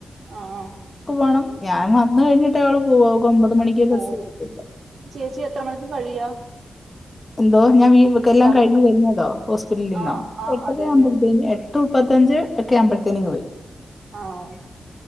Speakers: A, on the right; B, on the left.
A: ആഹ് ആഹ്
B: ക്ക് പോണം. ഞാൻ വന്നു കഴിഞിട്ടേ അവള് പോവ്വ. അവൾക്ക്ഒമ്പത് മണിക്ക് ബസ്
A: ഓഹ്....
B: വരത്തുള്ളൂ.
A: ചേച്ചി എത്ര മണിക്ക കഴിയാ?
B: എന്തോ ഞാൻ വീ വിക്കെല്ലാം
A: വർക്ക്
B: കഴിഞ്ഞ് വരുന്നതാ ഹോസ്പിറ്റലിന്ന്.
A: ആഹ് ആഹ്
B: എട്ടരയാവുമ്പൊ
A: അതെ അതെ
B: പൊയ് ത്തുപ്പത്തഞ്ച് ഒക്കെ ആവുമ്പോഴത്തേന്ങ്ങ് വരും.
A: ആഹ്